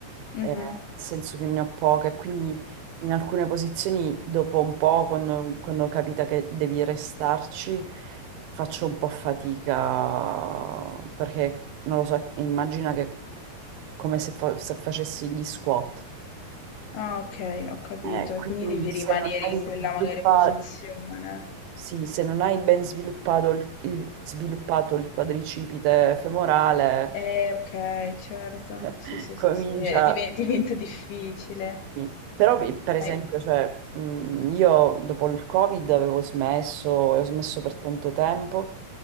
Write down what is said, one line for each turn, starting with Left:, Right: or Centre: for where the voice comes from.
Right: eh,
Left: Mh-mh.
Right: nel senso che ne ho poche, quindi in alcune posizioni dopo un po', quando, quando capita che devi restarci, faccio un po' fatica, perché non lo so, immagina che come se, fa- se facessi gli squat.
Left: Ah, okay, ho capito.
Right: Eh,
Left: E
Right: quindi
Left: quindi devi
Right: se
Left: rimanere
Right: non hai
Left: in quella
Right: sviluppa-
Left: magari posizione.
Right: sì, se non hai ben sviluppato il, il- sviluppato il quadricipite femorale,
Left: Eh, ok, certo.
Right: <laughs>
Left: Sì, sì,
Right: comincia.
Left: sì, sì. eh, diven- diventa difficile.
Right: Sì. Però, vi- per
Left: Ma
Right: esempio,
Left: è-
Right: cioè, mh, io dopo il Covid avevo smesso e ho smesso per tanto tempo,